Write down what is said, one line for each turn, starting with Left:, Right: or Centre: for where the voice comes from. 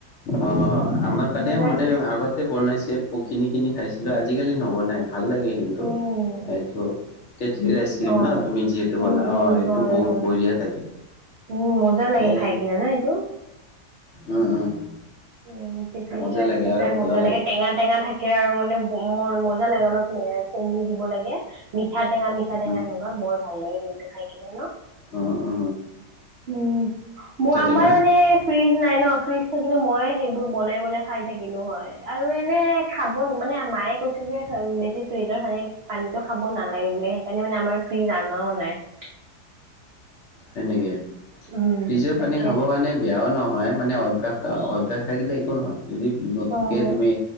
Left: অ। আমাৰ
Right: সেনেকুৱা
Left: পানে মানে
Right: কিছু
Left: আগতে বনাইছে কিনি কিনি খাইছিলো আজিকালি নবনাই। ভাল লাগে কিন্তু
Right: উম
Left: এইটো তেটলি ৰ আইচক্ৰীম
Right: অ
Left: ন তুমি যিহেতু
Right: উম
Left: কলা
Right: উম
Left: অ এইটো
Right: হয়
Left: বহুত
Right: হয়
Left: বঢ়িয়া থাকে।
Right: উম মজা লাগে
Left: এ
Right: খাই কিনা ন এইটো।
Left: উম উম
Right: উম টেটলি
Left: মজা
Right: টো আইছ
Left: লাগে
Right: ক্ৰিম
Left: আৰু
Right: খাই
Left: ভালো
Right: মজা লাগে, টেঙা টেঙা থাকে আৰু মানে ম মজা লাগে অলপ চেনি দিব লাগে মিঠা টেঙা মিঠা টেঙা
Left: উম
Right: সেনেকুৱা বৰ ভাল লাগে। পিনটো খাই কিনে ন
Left: অ অ
Right: উম মই আমাৰ
Left: টেঙা
Right: মানে ফ্ৰিজ নাই ন ফ্ৰিজ থাকিলে মই সেইবোৰ বনাই বনাই খাই থাকিলো হয় আৰু এনে খাব মানে মায়ে কৈছে যে বেছি ফ জৰ মানে পানীটো খাব নালাগে বোলে সেইকাৰণে মানে আমাৰ ফ্ৰীজ অনাও নাই <inaudible>
Left: সেনেকে
Right: উম
Left: ফ্ৰিজৰ
Right: তাকে
Left: পানী খাব কাৰণে বেয়াও ন হয় মানে অভ্যাস অভ্যাস থাকিলে একো নহয় যদি নতুনকে
Right: অ
Left: তুমি